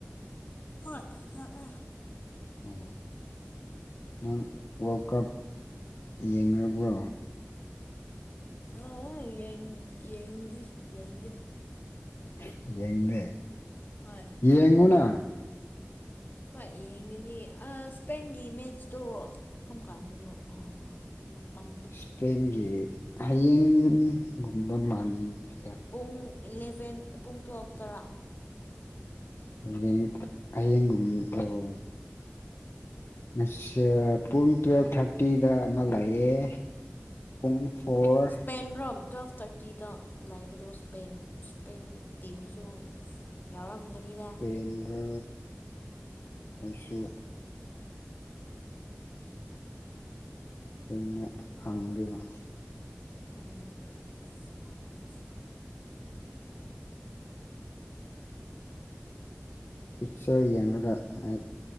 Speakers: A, on the left (about 40°); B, on the left (about 60°).
A: ꯍꯣꯏ <unintelligible>
B: ꯑꯣ ꯅꯪ ꯋꯥꯔ꯭ꯂꯗ ꯀꯞ ꯌꯦꯡꯅꯕ꯭ꯔꯣ
A: ꯑꯣ ꯌꯦ ꯌꯦꯡꯗꯤ ꯌꯦꯡꯗꯦ
B: <unintelligible> ꯌꯦꯡꯗꯦ
A: ꯍꯣꯏ
B: ꯌꯦꯡꯉꯨꯅ
A: ꯍꯣꯏ ꯌꯦꯡꯉꯤꯅꯤ ꯏꯁꯄꯦꯟꯒꯤ ꯃꯦꯠꯁꯇꯣ ꯀꯔꯝ ꯀꯥꯟꯗꯅꯣ ꯑ ꯃꯇꯝꯗꯣ
B: ꯏꯁꯄꯦꯟꯒꯤ ꯍꯌꯦꯡꯒꯨꯝꯕ ꯃꯥꯟꯂꯤꯗ
A: ꯄꯨꯡ ꯏꯂꯦꯕꯦꯟ ꯄꯨꯡ ꯇ꯭ꯌꯦꯦꯜꯐ ꯇꯔꯥ
B: ꯍꯌꯦꯡ ꯍꯌꯦꯡꯒꯨꯝ ꯑꯣ ꯉꯁꯤ ꯄꯨꯡ ꯇꯨꯋꯦꯜꯐ ꯊꯥꯔꯇꯤꯗ ꯑꯃꯥ ꯂꯩꯌꯦ ꯄꯨꯡ ꯐꯣꯔ
A: ꯁ꯭ꯄꯦꯟ ꯔꯣ ꯇꯨꯋꯦꯜꯐ ꯊꯥꯔꯇꯤꯗ ꯂꯥꯏꯕꯗꯣ ꯁ꯭ꯄꯦꯟ ꯁ꯭ꯄꯦꯟ ꯇꯤꯝꯁꯨ ꯌꯥꯎꯔꯝꯒꯅꯤꯗ
B: ꯄꯦꯟꯔ ꯑꯩꯁꯨ ꯑꯩꯅ ꯍꯥꯡꯗꯕ
A: ꯎꯝ ꯄꯣꯠ ꯊꯥꯡꯒꯨꯁꯦ
B: ꯄꯤꯛꯆꯔ ꯌꯦꯡꯂꯒ ꯍꯥꯏ